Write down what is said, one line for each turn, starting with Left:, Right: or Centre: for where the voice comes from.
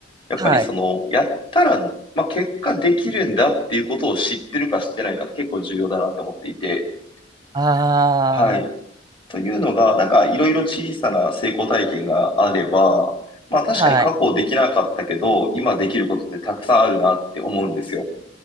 Left: やっぱりその、
Right: はい。
Left: やったら、まあ、結果できるんだっていうことを知ってるか知ってないかって結構重要だなって思っていて、
Right: あ
Left: はい。というのが、なんか、いろいろ小さな成功体験があれば、まあ、確かに過去できなかったけど、
Right: あ、はい。
Left: 今できることってたくさんあるなって思うんですよ。